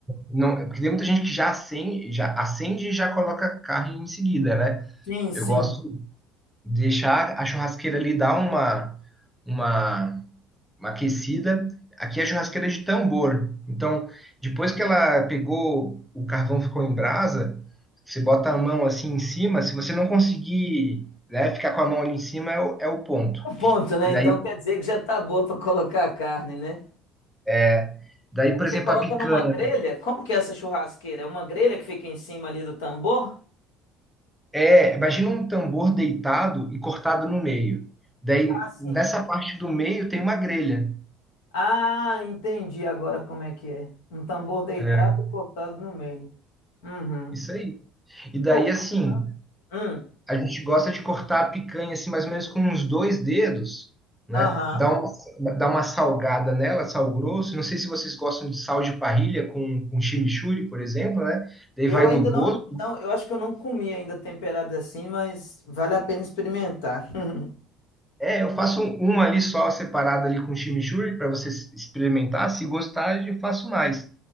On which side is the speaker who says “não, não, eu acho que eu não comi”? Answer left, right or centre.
Left